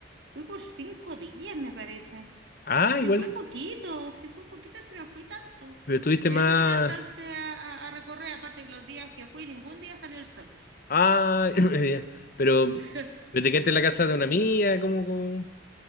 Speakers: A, on the right; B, on the left.
A: fui por cinco días, me parece.
B: Ah,
A: Si
B: igual,
A: fui poquito, si fui poquito, si no fui tanto.
B: pero estuviste
A: Pero
B: más.
A: eso que no alcancé a, a- a recorrer, aparte que los días que fui, ningún día salió el sol.
B: Ah, <laughs> ya. pero,
A: <laughs>
B: pero te quedaste en la casa de una amiga, ¿cómo, cómo?